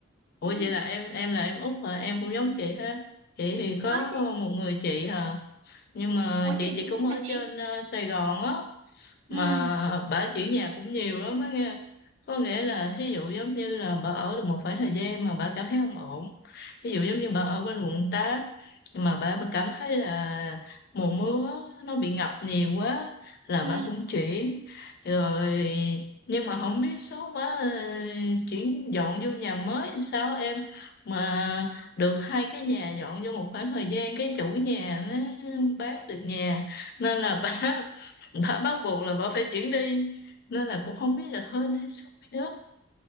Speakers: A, on the left; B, on the right.
A: Ủa
B: <laughs>
A: vậy là em em là em út mà em cũng giống chị ha. Chị thì có
B: Ờ, chị
A: một người chị hả? nhưng mà
B: ủa
A: chị
B: chị
A: chị
B: cũng
A: cũng ở
B: hả chị
A: trên ờ, Sài Gòn á mà
B: ừ
A: bà chuyển nhà cũng nhiều lắm á nghe. Có nghĩa là thí dụ giống như là bà ở được một khoảng thời gian mà bà cảm thấy không ổn ví dụ giống như bà ở bên quận 8 mà bà, bà cảm thấy là mùa mưa nó bị ngập nhiều quá là
B: ừ
A: bà cũng chuyển rồi nhưng mà không biết số bà ờ, chuyển dọn vô nhà mới sao em mà được hai cái nhà dọn vô một khoảng thời gian cái chủ nhà nó bán được nhà nên là bà <laughs> bà bắt buộc là bà phải chuyển đi nên là cũng không biết là hên hay xui nữa